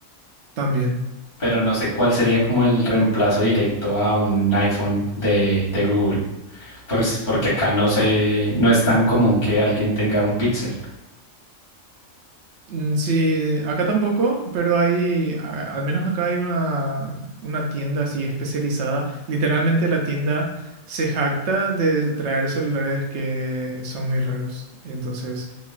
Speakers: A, on the right; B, on the left.
A: También.
B: pero no sé cuál sería como el reemplazo directo a un iPhone de, de Google, por es- porque acá no sé, no es tan común que alguien tenga un Pixel.
A: Mm, Sí, acá tampoco, pero hay, a- al menos acá hay una, una tienda así especializada. Literalmente la tienda se jacta de traer celulares que son muy raros. Entonces